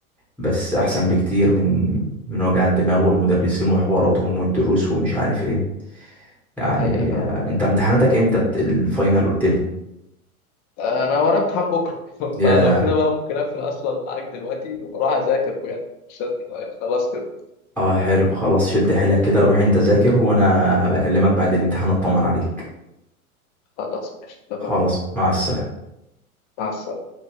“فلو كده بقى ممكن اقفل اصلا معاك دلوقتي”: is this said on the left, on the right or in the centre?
Left